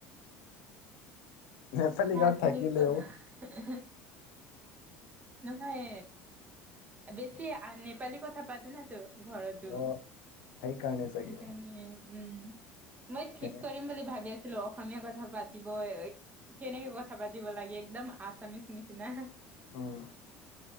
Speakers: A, on the left (about 75°); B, on the right (about 25°).
A: নেপালী
B: ন
A: গাঁৱত
B: চুনিছ
A: থাকিলেও
B: <unintelligible> নহয় এই বেছি নেপালী কথা পাতো না তো। ঘৰটো
A: অ সেইকাৰণে চাগে
B: সেইকাৰণে উম। মই ঠিক
A: কেনে
B: কৰিম বুলি ভাবি আছিলো অসমীয়া কথা পাতিবই- কেনেকে কথা পাতিব লাগে একদম আছামিচ নিচিনা।
A: উম